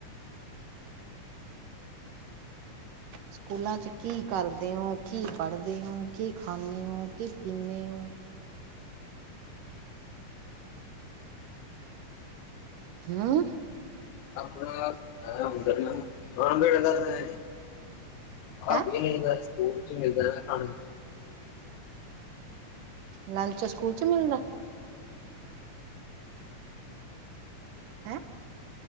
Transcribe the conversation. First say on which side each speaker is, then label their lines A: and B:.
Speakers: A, on the right; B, on the left.
A: ਸਕੂਲਾਂ ਚ ਕੀ ਕਰਦੇ ਹੋ? ਕੀ ਪੜ੍ਹਦੇ ਹੋ? ਕੀ ਖਾਂਦੇ ਹੋ? ਕੀ ਪੀਂਦੇ ਹੋ? ਹੂੰ?
B: ਆਪਣਾ <unintelligible> ਖਾਣ ਪੀਣ ਦਾ ਤਾਂ ਇਹ ਏ ਖ
A: ਹੈਂ
B: ਪੀ ਦਾ ਸਕੂਲ ਚ ਹੀ ਮਿਲਦਾ ਖਾ
A: ਲੰਚ ਸਕੂਲ ਚ ਮਿਲਦਾ? ਹੈ?